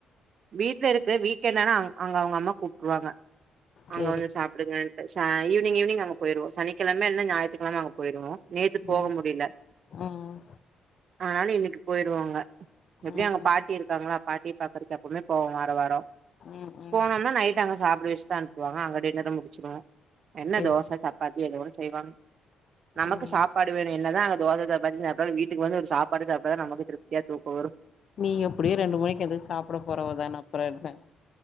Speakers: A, on the right (about 55°); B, on the left (about 55°).
A: வீட்ல இருக்கு வீக்கெண்டானா அங்க அவ்ங்க அம்மா கூப்ட்ருவாங்க அங்க
B: சேரி
A: வந்து சாப்டுங்கன் சா ஈவுனிங் ஈவுனிங் அங்க போய்ருவோ சனிக்கெழம இல்னா ஞாய்ற்றுக்கெழம அங்க போய்ருவோ நேத்து போக
B: ம்
A: முடில
B: ம்
A: அதுனால இன்னைக்கு போய்ருவோங்க எப்டியு
B: ம்
A: அங்க பாட்டி இருக்காங்ளா பாட்டிய பாக்கறதுக்கு எப்பமே போவோ வாரோ வாரோ
B: ம் ம்
A: போனோனா நை ட்டு அங்க சாப்ட வச்தா அனுப்புவாங்க அங்க டின்னர முடிச்சிடுவோ என்ன
B: சேரி
A: தோச சப்பாத்தி எதோ ஒன் செய்வாங்க நமக்கு
B: ம்
A: சாப் பாடு வேணு என்னதா அங்க தோச சப்பாத்தி சாப்டாலு வீட்டுக்கு வந்து ஒரு சாப்பாடு சாப்ட்டாதா நமக்கு திருப்தியா தூக்க வரு
B: நீ எப்டியு ரெண்டு மணிக்கு எந்திரிச் சாப்ட போறவதான அப்புறோ என்ன